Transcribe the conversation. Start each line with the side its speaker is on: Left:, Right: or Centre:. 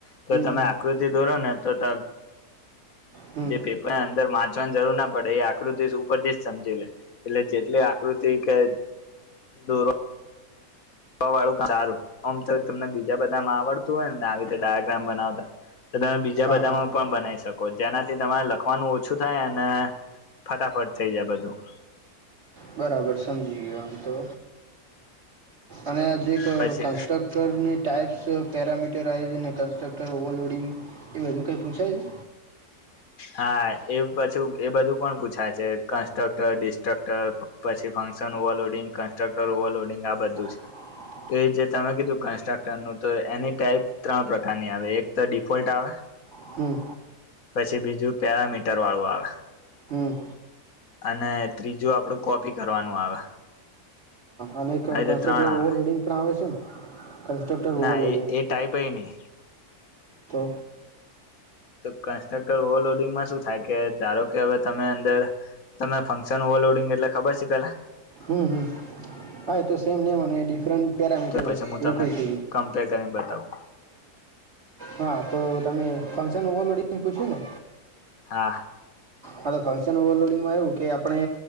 Left: તો
Right: હમ
Left: તમે
Right: હમ
Left: આકૃતિ દોરો ને તો ત
Right: હમ
Left: જે પેપરને અંદર વાંચવાની જરૂર ના પડે એ આકૃસ ઉપરથી જ સમજી લે એટલે જેટલી આકૃતિ કે દો વાળું સારું આમ તો તમને બીજા બધામાં આવડતું હોય ને આવી રીતે ડાયયાગ્રામ બનાવતા તો તમે બીજા
Right: હા
Left: બધામાં
Right: હા
Left: પણ બનાવી શકો જેનાથી તમારે લખવાનું ઓછું થાય અને ફટાફટ થઈ જાય બધું
Right: બરાબર સમજી ગયો તો અને આ જે એક
Left: પછી
Right: કાસ્ટક ટક્ટરની ટાઈઇપ્સ પેરામીટરાઇઝ ને કન્સ્ટ્રક્ટર ઓવરલોડિંગ એ બધું કંઈ પૂછાય છે
Left: હા એ પછું એ બધું પણ પૂછાય છે કન્સ્ટ્રક્ટર ડિસ્ટ્રક્ટર પછી ફંક્શન ઓવરલોડિંગ કન્સ્ટ્રક્ટર ઓવરલોડિંગ આ બધું છે
Right: હ
Left: તો એ જે તમે કીધું કન્સ્ટ્રક્ટર નું તો એની ટાઈપ ત્રણ પ્રકારની આવે એક તો ડિફોલ્ટ આવે
Right: હમ
Left: પછી બીજું પેરામીટર વાળું આવે
Right: હમ
Left: અને ત્રીજું આપડું કોપી કરવાનું આવે
Right: અને કન્સ્ટ્રકસન
Left: આ રીતે ત્રણ આવે
Right: ઓવરલોડિંગ પણ આવે છે ને કન્સ્ટ્રકસન કટર
Left: ના
Right: ઓવરલોડીગ
Left: એ એ ટાઈપ એ નહી
Right: તો
Left: તો કન્સ્ટ્રક્ટર ઓવરલોડિંગમાં શું થાય કે ધારો કે હવે તમે અંદર તમે ફંક્શન ઓવરલોડિંગ એટલે ખબર છે પેલા
Right: હમ હમ હા એ તો સેમ નેમ અને ડિફરન્ટ પેરામીટર
Left: તો પછી હું
Right: એવું
Left: તમને
Right: કઈ થયું
Left: કમ્પેર કરીને બતાવું
Right: હા તો તમે ફંક્શન ઓવરલોડિગ પૂછ્યું ને
Left: હા
Right: હા તો ફંક્શન ઓવરલોડિંગમાં એવું કે આપણે